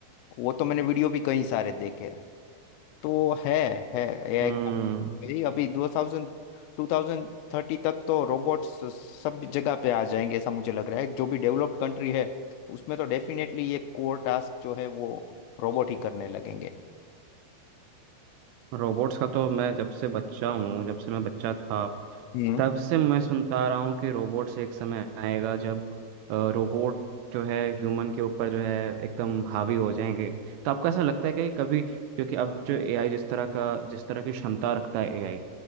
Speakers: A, on the left; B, on the right.
A: वो तो मैंने वीडियो भी कई सारे देखे हैं तो है है एआई
B: हम्म
A: का भाई अभी दो थाउजेंड टू थाउजेंड थर्टी तक तो रोबोट्स सब जगह पे आ जाएंगे ऐसा मुझे लग रहा है जो भी डेवलप्ड कंट्री है उसमें तो डेफिनेटली ये कोर टास्क जो है वो रोबोट ही करने लगेंगे
B: रोबोट्स का तो मैं जब से बच्चा हूँ जब से मैं बच्चा था
A: हम्म
B: तब से मैं सुनता आ रहा हूँ कि रोबोट्स एक समय आएगा जब रोबोट जो है ह्यूमन के ऊपर जो है एकदम हावी हो जाएंगे तो आपको ऐसा लगता है कि कभी क्योंकि अब जो एआई जिस तरह का जिस तरह की क्षमता रखता है एआई